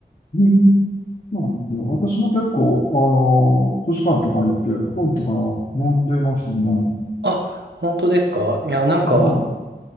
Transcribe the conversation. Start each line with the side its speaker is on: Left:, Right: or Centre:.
Left: うん、そうなんですよ。私も結構、あの図書館とか行って本とかは読んでますね。
Right: あ、本当ですかいや、なんか、
Left: はい。